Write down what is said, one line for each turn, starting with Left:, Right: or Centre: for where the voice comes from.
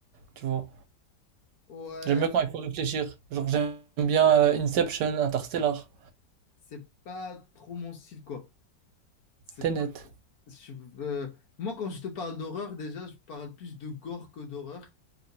Right: tu vois.
Left: Ouais,
Right: J'aime bien quand il faut réfléchir. Genre, j'aime bien euh, Inception, Interstellar,
Left: c'est pas trop mon style quoi. C'est
Right: Tenet.
Left: pas- je- euh, moi, quand je te parle d'horreur, déjà, je parle plus de gore que d'horreur.